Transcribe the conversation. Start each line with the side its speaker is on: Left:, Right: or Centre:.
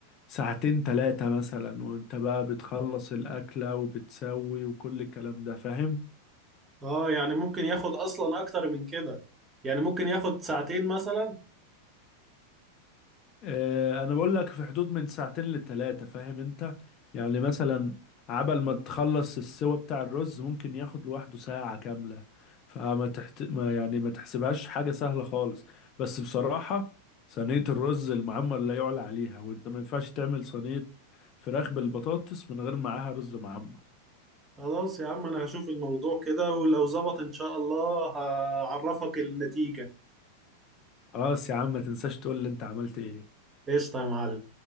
Left: ساعتين تلاتة مثلا وانت بقى بتخلص الأكلة وبتسوي وكل الكلام ده فاهم
Right: اه يعني ممكن ياخد اصلا اكتر من كده يعني ممكن ياخد ساعتين مثلا
Left: آه، انا بقول لك في حدود من ساعتين لتلاتة فاهم انت يعني مثلا عبل ما تخلص السوا بتاع الرز ممكن ياخد لوحده ساعة كاملة فما تحت... ما يعني ما تحسبهاش حاجة سهلة خالص بس بصراحة صينية الرز المعمر لا يعلى عليها وانت ما ينفعش تعمل صينية فراخ بالبطاطس من غير معاها رز معمر
Right: خلاص يا عم انا هشوف الموضوع كده ولو ظبط ان شاء الله هعرفك النتيجة
Left: خلاص يا عم ما تنساش تقول لي انت عملت ايه
Right: قشطة يا معلم